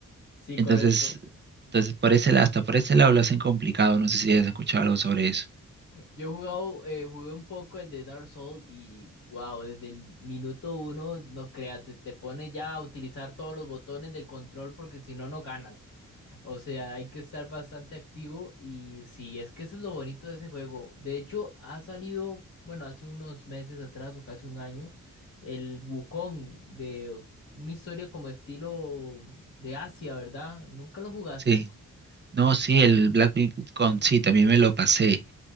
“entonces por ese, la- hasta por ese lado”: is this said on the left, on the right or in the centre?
Right